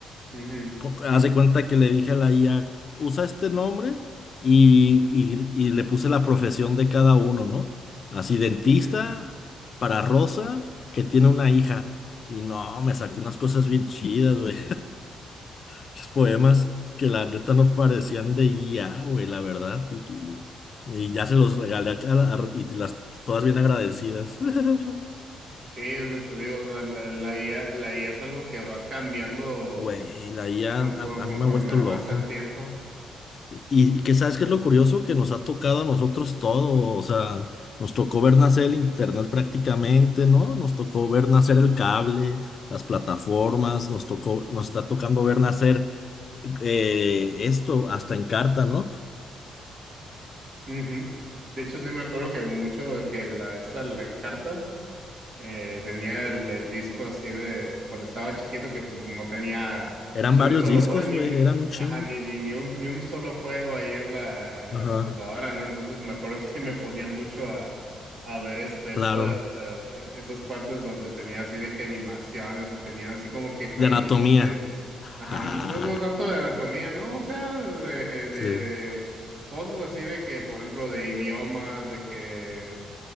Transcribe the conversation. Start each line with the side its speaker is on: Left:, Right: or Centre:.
Right: mhm
Left: Co- Haz de cuenta que le dije a la IA, usa este nombre y, y- y le puse la profesión de cada uno, ¿no? Así, dentista
Right: mhm
Left: para Rosa, que tiene una hija. Y no, me sacó unas cosas bien chidas, güey. Muchos poemas que la neta no parecían de guía, güey, la verdad. Y, y- y ya se los regalé a la- y las todas bien agradecidas. <laughs>
Right: Sí, es que te digo, o sea, la, la IA, la IA es algo que va cambiando
Left: Güey, la IA
Right: conforme,
Left: a, a a
Right: conforme
Left: mí me ha vuelto
Right: avanza
Left: loco.
Right: el tiempo.
Left: Y, y que sabes
Right: O sea,
Left: qué es lo curioso que nos ha tocado a nosotros todo. O sea, nos tocó ver nacer el internet prácticamente, ¿no? Nos tocó ver nacer el cable, las plataformas,
Right: mm,
Left: nos tocó, nos está tocando ver nacer eh, esto hasta en carta, ¿no?
Right: ujú. De hecho, sí me acuerdo que mucho de que la, esta, la Encarta, Eh, tenía el, el disco así de cuando estaba chiquito que pues no tenía
Left: Eran
Right: ni
Left: varios
Right: un solo
Left: discos,
Right: juego, ni
Left: güey,
Right: un,
Left: eran un chingo.
Right: ajá, ni, ni, ni un, ni un solo juego ahí en la, en
Left: Ajá,
Right: la computadora, ¿no? Entonces me acuerdo que me ponía mucho a, a ver este,
Left: claro.
Right: estas, e, estas partes donde tenía así de que animaciones o tenían así como que jueguitos
Left: De anatomía.
Right: de, ajá,
Left: <laughs>
Right: no, no tanto de anatomía, ¿no? O sea, de, de
Left: Sí.
Right: cosas así de que, por ejemplo, de idiomas, de que